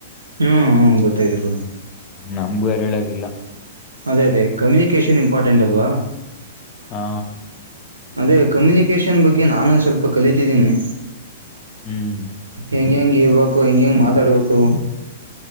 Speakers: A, on the right; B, on the left.
A: ಹ್ಮ್ ಹ್ಮ ಗೊತ್ತಾಯತ
B: ನಮ್ಗೂ ಅರಿಳಾಗಿಲ್ಲ
A: ಅದೇ ಅದೇ ಕಮ್ಯುನಿಕೇಶನ್ ಇಂಪಾರ್ಟೆಂಟ್ ಅಲ್ವಾ
B: ಹಾ
A: ಅದೇ ಕಮ್ಯುನಿಕೇಶನ್ ಬಗ್ಗೆ ನಾನು ಸ್ವಲ್ಪ ಕಲಿತಿದ್ದೀನಿ
B: ಹ್ಮ್
A: ಹೆಂಗೆ ಹೆಂ ಇರ್ಬೇಕು ಹೆಂಗೆ ಹೆಂಗೆ ಮಾತಾಡ್ಬೇಕು